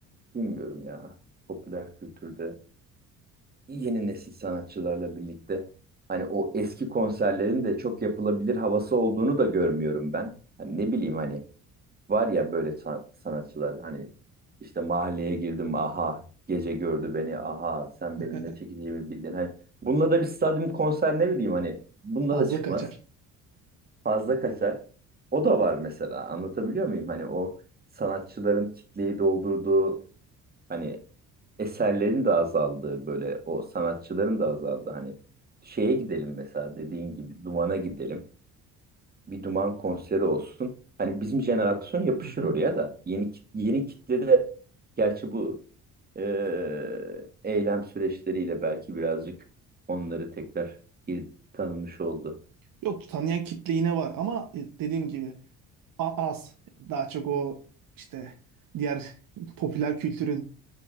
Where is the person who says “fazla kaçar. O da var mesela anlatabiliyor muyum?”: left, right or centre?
Right